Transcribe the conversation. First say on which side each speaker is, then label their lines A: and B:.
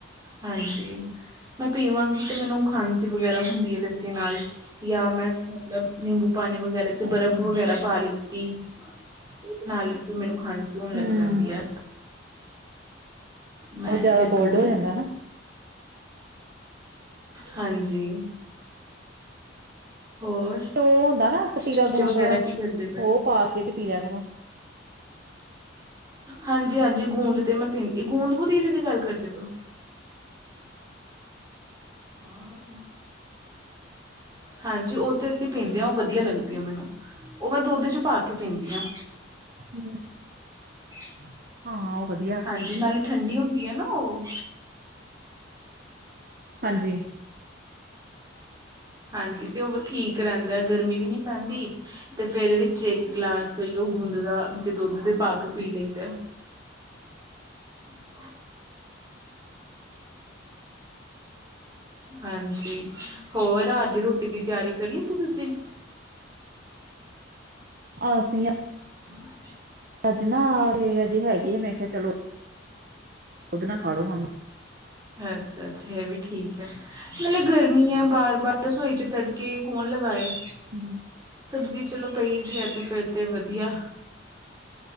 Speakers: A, on the right (about 20°); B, on the right (about 50°).
A: ਹਾਂਜੀ ਮੈਂ ਪੀਵਾਂਗੀ ਤੇ ਮੈਨੂੰ ਖਾਂਸੀ ਵਗੈਰਾ ਹੁੰਦੀ ਹੈ ਲੱਸੀ ਜੇ ਨਾਲ ਜਾਂ ਮੈਂ ਮਤਲਬ ਨਿੰਬੂ ਪਾਣੀ ਵਗੈਰਾ ਚ
B: ਅੱਛਾ।
A: ਬਰਫ਼ ਵਗੈਰਾ ਪਾ ਲਿੱਤੀ ਉਹਦੇ ਨਾਲ ਵੀ ਫਿਰ ਮੈਨੂੰ ਖਾਂਸੀ ਹੋਣ ਲੱਗ
B: ਹੂੰ,
A: ਜਾਂਦੀ ਹੈ ਮੈਂ
B: ਉਹ ਜਿਆਦਾ
A: ਨੀ ਫਿਰ
B: ਕੋਲਡ
A: ਪੀਂਦੀ
B: ਹੋ ਜਾਂਦਾ ਨਾ
A: ਹਾਂਜੀ ਹੋਰ
B: ਤੇ ਉਹ ਹੁੰਦਾ ਨਾ ਕਤੀਰਾ
A: ਬੱਚੇ
B: ਗੂੰਦ
A: ਵਗੈਰਾ
B: ਉਹ
A: ਕੀ ਕਰਦੇ ਪਏ
B: ਪਾ ਕੇ ਤੇ ਪੀ ਲਿਆ ਕਰੋ
A: ਹਾਂਜੀ ਹਾਂਜੀ ਗੂੰਦ ਤੇ ਮੈਂ ਪੀਦੀ ਗੂੰਦ ਕਤੀਰੇ ਦੀ ਗੱਲ ਕਰਦੇ ਪਓ ਹਾਂ ਹਾਂਜੀ ਉਹ ਤੇ ਅਸੀਂ ਪੀਂਦੇ ਹਾਂ ਉਹ ਵਧੀਆ ਲੱਗਦੀ ਹੈ ਮੈਨੂੰ ਉਹ ਮੈਂ ਦੁੱਧ ਚ ਪਾ ਕੇ ਪੀਂਦੀ ਹਾਂ
B: ਹਮ
A: ਠੀਕ
B: ਹਾਂ ਉਹ ਵਧੀਆ
A: ਹਾਂਜੀ ਨਾਲੇ ਠੰਡੀ ਹੁੰਦੀ ਆ ਨਾ ਉਹ
B: ਹਾਂਜੀ
A: ਹਾਂਜੀ ਤੇ ਉਹ ਠੀਕ ਰਹਿੰਦਾ ਗਰਮੀ ਵੀ ਨਹੀਂ ਪੈਂਦੀ ਤੇ ਫੇਰ ਵਿੱਚ ਇੱਕ ਗਲਾਸ ਉਹ ਗੂੰਦ ਦਾ ਵਿੱਚ ਦੁੱਧ ਦੇ ਪਾ ਕੇ ਪੀ ਲਈਦਾ ਹ ਹਾਂਜੀ ਹੋਰ ਰਾਤ ਦੀ ਰੋਟੀ ਦੀ ਤਿਆਰੀ ਕਰ ਲਿੱਤੀ ਤੁਸੀਂ
B: ਅਸੀ
A: ਹਾਂ
B: ਅੱਜ ਨਾ ਅਜੇ ਹੈਗੇ ਆ ਮੈਂ ਕਿਹਾ ਚਲੋ ਉਹਦੇ ਨਾਲ ਖਾਲੋ ਹੁਣ
A: ਅੱਛਾ ਅੱਛਾ ਇਹ ਵੀ ਠੀਕ ਹੈ ਮਤਲਬ ਗਰਮੀ ਹੈ ਬਾਰ ਬਾਰ ਰਸੋਈ ਚ ਤੜਕੇ ਕੌਣ ਲਗਾਏ
B: ਹਮ
A: ਸਬਜ਼ੀ ਚਲੋ ਪਈ ਵੀ ਹੈ ਤੇ ਫਿਰ ਤੇ ਵਧੀਆ